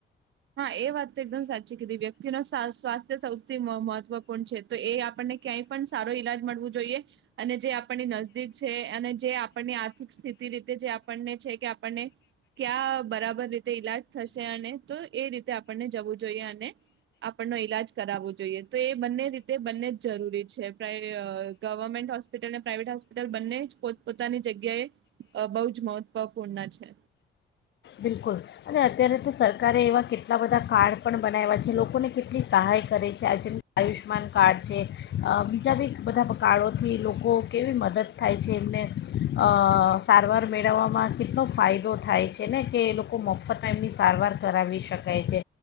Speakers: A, on the right; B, on the left.
A: હા એ વાત તો એકદમ સાચી કીધી વ્યક્તિુંનો સ્વા સ્વાસ્થ્ય સૌથી મ મહત્વપૂર્ણ છે. તો એ આપણને ક્યાંય પણ સારો ઈલાજ મળવું જોઈએ અને જે આપણની નજદીક છે અને જે આપણની આર્થિક સ્થિતિ રીતે જે આપણને છે કે આપણને ક્યાં બરાબર રીતે ઈલાજ થશે અને એ રીતે આપણને જવું જોઈએ અને આપણનો ઈલાજ કરાવવો જોઈએ તો એ બંને રીતે બંને જ જરૂરી છે પ્રાઈ અ ગવર્મેન્ટ હોસ્પિટલ અને પ્રાઇવેટ હોસ્પિટલ બંને જ પોત પોતાની જગ્યાએ બહુ જ મહત્વપૂર્ણ છે.
B: બિલકુલ અને અત્યારે તો સરકારે એવા કેટલા બધા કાર્ડ પણ બનાવ્યા છે લોકોને કેટલી સહાય કરે છે આ જેમ આયુષ્યમાન કાર્ડ છે અ બીજા બી બધા કાર્ડોથી લોકો કેવી મદદ થાય છે એમને અ સારવાર મેળવવામાં કેટલો ફાયદો થાય છે. છે ને કે એ લોકો મફતમાં એમની સારવાર કરાવી શકાય છે